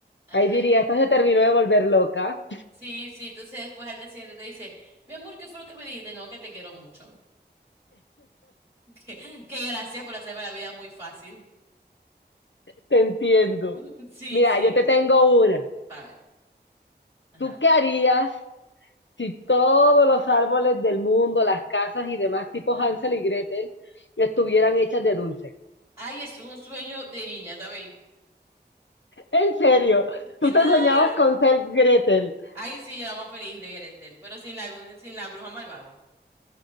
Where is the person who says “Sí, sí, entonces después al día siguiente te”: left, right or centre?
Right